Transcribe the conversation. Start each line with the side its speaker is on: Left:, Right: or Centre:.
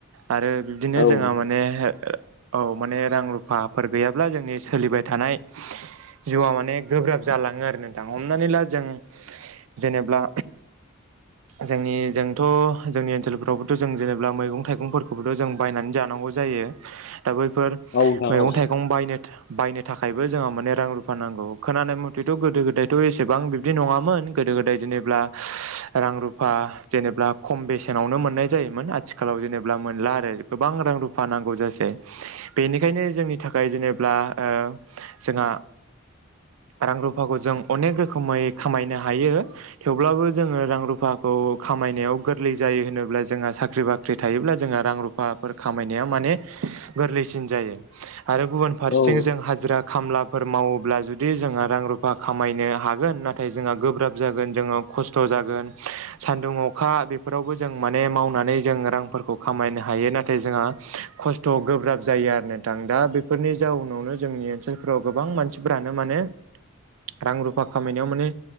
Right: आरो बिबदिनो
Left: औ
Right: जोंहा
Left: नोंथां
Right: माने औ माने रां रुफाफोर गैयाब्ला जोंनि सोलिबाय थानाय जिउआ माने गोब्राब जालाङो आरो नोंथा हमनानै ला जों जेनेब्ला जोंनि जोंथ' जोंनि ओनसोलफ्रावबोथ' जों जेनेबा मैगं थाइगंफोरखौबोथ' जों बायनानै जानां गौ थारो। दा बैफोर
Left: औ नोंथां
Right: मैगं
Left: औ
Right: थाइ गं बायनो थाखायबो जोंहा माने रां रुफा नांगौ खोनानाय मथेथ' गोदो गोदायथ' एसेबां बिदि नङामोन गोदो गोदाय जेनेब्ला रां रुफा जेनेब्लख खम बेसेनावनो मोननाय जायो मोन आथिखालाव जेनेबा मोनला आरो गोबां रां रुफा नांगौ जासै बेनिखायनो जोंनि था खाय जेनेब्ला ओ जोंहा रां रुफाखौ जों अनेक रोखोमै खामायनो हायो थेवब्लाबो जोङो रां रुफाखौ खामायनायाव गोरलै जा यो होनोब्ला जोंहा साख्रि बाख्रि थायोब्ला जोंहा रां रुफाफोर खामायनाया माने गोरलैसिन जा यो आरो गुबुन फारसें
Left: औ
Right: जों हाजिरा खामलाफोर मावोब्ला जुदि जोंहा रां रुफा खामायनो हागोन नाथाय जोंहा गोब्राब जागोन जोङो खस्थ' जागोन सान्दुं अखा बेफोरावबो जों माने मावनानै जों रांफोरखौ खामायनो हा हायो नाथाय जोंहा खस्थ' गोब्राब जायो आरो नोंथां दा बे ब्फोरनि जाउनावनो जोंनि ओनसोलफोराव गोबां मानसिफोरानो माने रां रुफा खामायनायाव माने